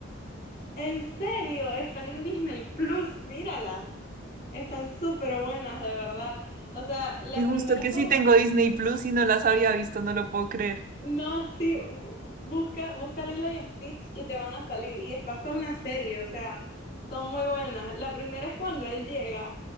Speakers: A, on the left; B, on the right.
A: En serio, están en Disney Plus, míralas. Están súper buenas, de verdad. O sea, la
B: Y justo
A: primera
B: que
A: es como
B: sí tengo Disney Plus y no las había visto, no lo puedo creer.
A: no, sí, busca, busca Lilo y Stitch y te van a salir. Y está hasta una serie, o sea, son muy buenas. La primera es cuando él llega,